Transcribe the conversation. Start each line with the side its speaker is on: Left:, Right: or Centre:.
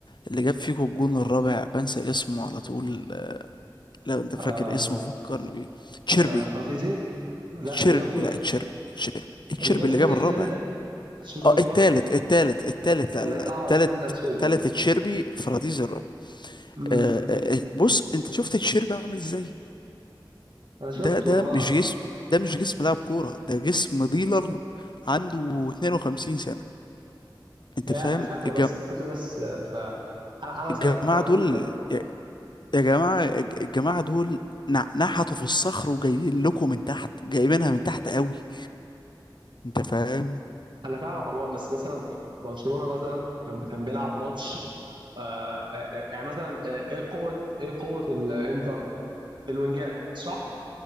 Left: اللي جاب فيكو الجون الرابع بنسى اسمه على طول لو انت
Right: آه،
Left: فاكر اسمه فكرني بيه تشيربي
Right: آه، فراتيزي لا
Left: تشيربي
Right: اللي جاب الجول
Left: لا تشيربي تشيربي تشيربي
Right: اللي جاب
Left: اللي
Right: الجول
Left: جاب
Right: التالت
Left: الرابع
Right: اتشيربي
Left: اه
Right: اللي
Left: التالت
Right: جاب الرابع
Left: التالت التالت
Right: التالت
Left: لا لا لا،
Right: اه
Left: التالت
Right: التالت اتشيربي
Left: التالت تشيربي فراديز الرابع
Right: امم
Left: آه، آه، آه، بص انت شفت تشيربي عامل ازاي
Right: انا شفته
Left: ده ده
Right: اه
Left: مش جسم ده مش جسم لاعب كورة ده جسم ديلر عنده 52 سنة انت
Right: هي
Left: فاهم
Right: الفكره
Left: الج-
Right: بس الفكره بس آه، ف انا انا اصلا
Left: الجماعة
Right: ك- انا عندي
Left: دول
Right: كان...
Left: يا يا جماعة الج- الجماعة دول نع- نحتوا في الصخر وجايين لكم من تحت جايبينها من تحت قوي انت فاهم
Right: انا فاهمك عموما بس مثلا برشلونه مثلا كان كان بيلعب ماتش آه آه، آه، يعني مثلا آه، ايه قوه ايه قوه الانتر في الوينجات صح؟